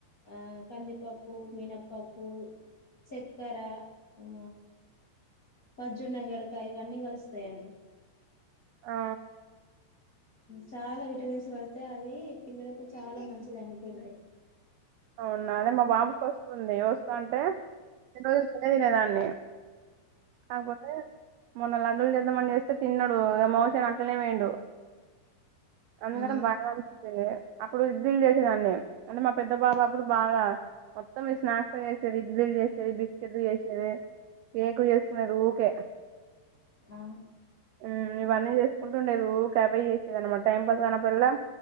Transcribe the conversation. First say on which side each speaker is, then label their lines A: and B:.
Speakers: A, on the left; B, on the right.
A: ఆ కందిపప్పు మినప్పప్పు చక్కర అ పజ్జున్న గడక ఇవన్నీ కలుస్తాయండి
B: ఆ
A: చాలా విటమిన్స్ కడితే అది పిల్లలకు చాలా మంచిద అండి పెడితే
B: అవునా అదే మా బాబుకి వస్తుంది వస్త అంటే రెండు రోజులు నెనే తినేదాన్ని కాకపోతే మొన్న లడ్డలు చేద్దామ చేస్తే తిన్నాడు మోషన్ అట్లనే పోయుండు అందరం
A: ఆ
B: బాగా అనిపించింది అప్పుడు ఇడ్లీలు చేసందాన్ని అంటే మా పెద్ద పెద్ద బాబా అప్పుడు బాగా మొత్తం స్నాక్స్ చేసేది ఇడ్లీలు చేసేది బిస్కెట్లు చేసేది కేక్ చేసుకున్నె ఊకే
A: ఆ
B: ఉమ్ ఇవన్నీ చేసుకుంటే నెను ఓకే అవే చేసేదన్నమాట టైం పాస్ గానప్పుడల్లా